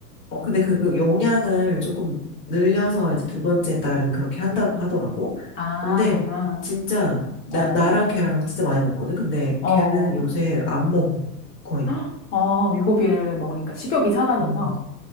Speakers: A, on the left (about 25°); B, on the left (about 55°).
A: 어, 근데 그, 그 용량을 조금 늘려서 이제 두 번째 딸은 그렇게 한다고 하더라고.
B: 아,
A: 근데
B: 그렇구나.
A: 진짜 나,
B: 어,
A: 나랑 걔랑 진짜 많이 먹거든. 근데
B: 어,
A: 걔는 요새 안 먹어. 거의.
B: 헉, 어, 유고비를 먹으니까 식욕이 사라져서,
A: 음,